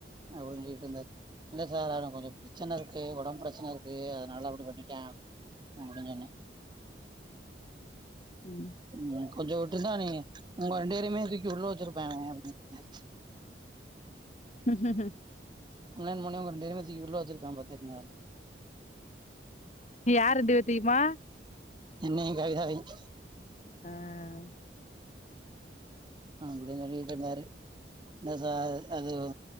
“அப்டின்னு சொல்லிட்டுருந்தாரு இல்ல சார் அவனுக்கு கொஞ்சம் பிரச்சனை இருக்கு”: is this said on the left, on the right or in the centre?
Right